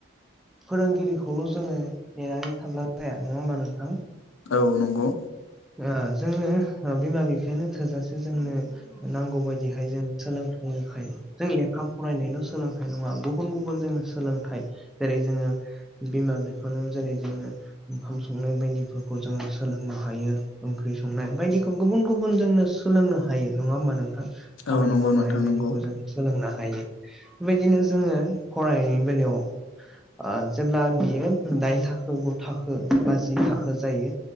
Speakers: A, in the centre; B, on the left.
A: फोरोंगिरिखौल' जोङो नेनानै थानला जाया नङा होमबा नोंथां?
B: औ नंगौ।
A: ओ जोंनो बिमा-बिफायानो थोजासे जोंनो नांगौ बायदिहाय जों सोलों <unintelligible> जों लेखा फरायनायल' सोलोंथाइ नङा गुबुन गुबुन जोंनो सोलोंथाइ जेरै जोङो बिमा बिफानाव जेरै जोङो ओंखाम संनाय बायदिफोरखौ जोङो सोलोंनो हायो ओंख्रि संनाय बायदिखौ गुबुन गुबुन जोंनो सोलोंनो हायो नङा होमबा नों खामानि
B: औ नंगौ
A: मावनाय
B: नोंथां
A: बायदिखौ
B: नंगौ
A: जों सोलोंनानै हायो बेबायदिनो जोङो फरायनायनि बेलायाव ओ जेब्ला बियो दाइन थाखो गु थाखो बा जि थाखो जायो